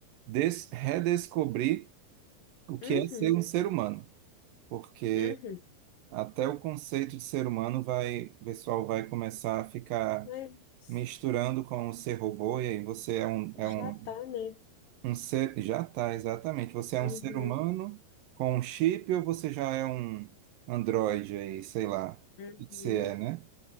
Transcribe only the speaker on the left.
Uhum,
uhum.
Mas
já
tá, né?
Uhum,
uhum.